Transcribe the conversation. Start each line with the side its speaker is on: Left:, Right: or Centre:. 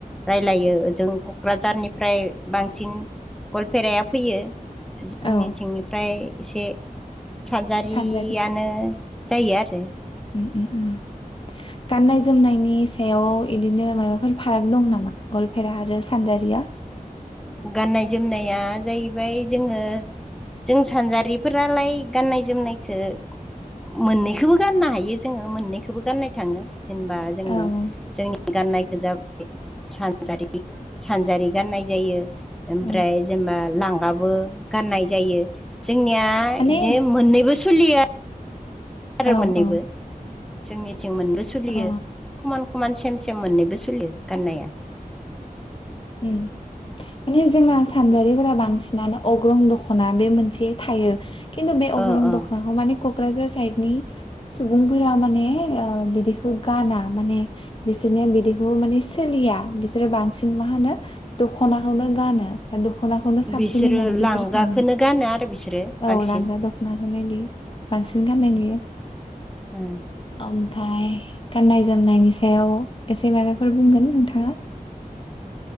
Centre: रायलायो ओजों कक्राझारनिफ्राय बांसिन गलपेराया फैयो जोंनिथिंनिफ्राय
Left: औ
Centre: एसे सारजारियानो
Left: सानजारि
Centre: जायो आरो।
Left: उ उम उम।
Centre: <unintelligible>
Left: गाननाय जोमनायनि सायाव बिदिनो माबाफोर फाराग दं नामा गलपेरा आरो सानजारिया
Centre: गाननाय जोमनाया जाहैबाय जोङो जों सानजारिफोरालाय गाननाय जोमनायखौ मोननैखौबो गाननो हायो जोङो मोननैखौबो गाननाय थाङो जेनेबा जोङो
Left: औ ओ
Centre: जोंनि गाननायखौ जाबाय सानजारि सानजारि गाननाय जायो। ओमफ्राय
Left: ओ
Centre: जेनेबा लांगाबो गाननाय जायो जोंनिया
Left: माने
Centre: बिदि मोननैबो सोलियो आरो
Left: औ
Centre: मोननैबो
Left: औ
Centre: जोंनिथिं मोननैबो सोलियो।
Left: अ
Centre: खमान खमान सेम सेम मोननैबो सोलियो गाननाया
Left: उ माने जोंना सानजारिफोरा बांसिन बि अग्रं दख'ना बे मोनसे थायो किन्थु बे अग्रं
Centre: अ अ
Left: दख'नाखौ माने क'क्राझार साइडनि सुबुंफोरा माने ओ बिदिखौ गाना माने बिसोरनि बिदिखौ माने सोलिया बिसोरो बांसिन मा होनो दख'नाखौनो गानो। दख'नाखौनो साबसिन
Centre: बिसोरो
Left: होननानै बिसोर
Centre: लांगाखौनो
Left: सानो
Centre: गानो आरो बिसोरो बांसिन
Left: औ लांगा दख'नाखौनोदि बांसिन गाननाय नुयो।
Centre: उ
Left: ओमफ्राय गाननाय जोमनायनि सायाव एसे माबाफोर बुंगोन नोंथाङा?